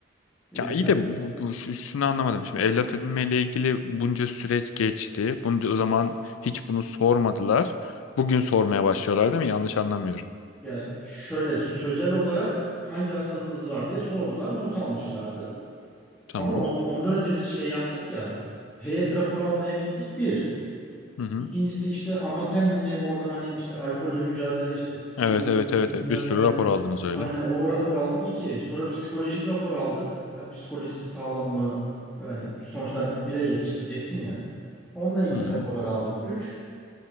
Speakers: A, in the centre; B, on the left.
A: E,
B: Ya iyi
A: ben-
B: de bu, bu şu- şunu anlamadım şimdi. Evlat edinmeyle ilgili bunca süreç geçti. Bunca o zaman hiç bunu sormadılar. Bugün sormaya başlıyorlar değil mi? Yanlış anlamıyorum.
A: ya şöyle sözel olarak hangi hastalığınız var diye sordular, not almışlardı.
B: Tamam.
A: Ama on- ondan önce biz şey yaptık ya. Heyet raporu almaya gittik bir.
B: Hı hı.
A: İkincisi işte amatem mi ne oradan hani işte alkolle mücadele işte
B: Evet
A: uyuşturucu
B: evet
A: bilmem
B: evet. evet. Bir sürü
A: ne.
B: rapor aldınız öyle.
A: Aynen o, o rapor aldık iki. Sonra psikolojik rapor aldık. Hani psikolojisi sağlam mı? Yani sonuçta hani bir birey yetiştireceksin ya. Onunla ilgili
B: Hı hı.
A: raporlar aldık. 3.